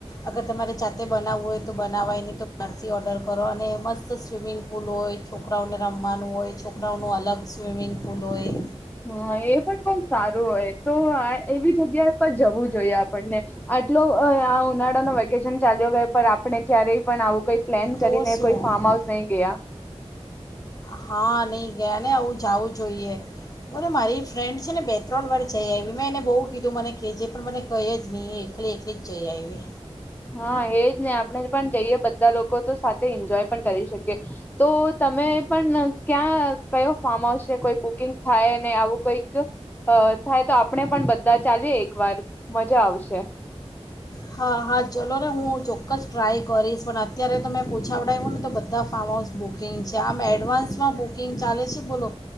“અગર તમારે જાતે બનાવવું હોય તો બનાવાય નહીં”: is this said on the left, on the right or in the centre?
Left